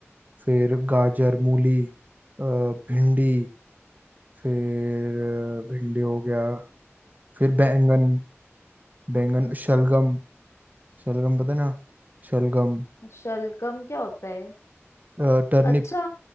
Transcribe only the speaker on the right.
फिर गाजर मूली अ, भिंडी फिर अ, भिंडी हो गया फिर बैंगन बैंगन शलगम शलगम पता है ना शलगम
अ, टर्निप